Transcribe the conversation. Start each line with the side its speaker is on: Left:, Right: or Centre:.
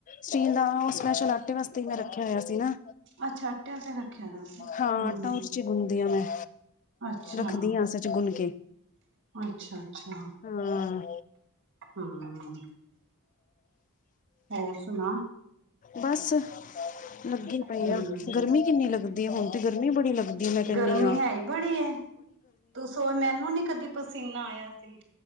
Left: ਸਟੀਲ ਦਾ ਸਪੈਸ਼ਲ ਆਟੇ ਵਾਸਤੇ ਮੈਂ ਰੱਖਿਆ ਹੋਇਆ ਸੀ ਨਾ
Right: ਅੱਛਾ ਆਟੇ ਆਸਤੇ ਰੱਖਿਆ ਦਾ ਸੀ
Left: ਹਾਂ!
Right: ਹੂੰ
Left: ਆਟਾ ਓਦੇ ਚ ਹੀ ਗੁਣਦੀ ਆ ਮੈਂ
Right: ਅੱਛਾ
Left: ਰੱਖਦੀ ਆ ਓਸੇ ਚ ਗੁਨ ਕੇ।
Right: ਅੱਛਾ! ਅੱਛਾ!
Left: ਹਾਂ
Right: ਹੂੰ! ਹੋਰ ਸੁਣਾ?
Left: ਬਸ ਅ ਲੱਗੀ, ਪਈ
Right: ਹੂੰ
Left: ਆ। ਗਰਮੀ ਕਿੰਨੀ ਲੱਗਦੀ ਏ, ਹੁਣ ਤੇ ਗਰਮੀ ਬੜੀ ਲੱਗਦੀ, ਮੈਂ ਕਹਿੰਨੀ
Right: ਗਰਮੀ
Left: ਆ।
Right: ਹੈ ਹੀ ਬੜੀ ਐ। ਤੂੰ ਸੋਚ ਮੈਨੂੰ ਨੀ ਕਦੀ ਪਸੀਨਾ ਆਇਆ ਸੀ।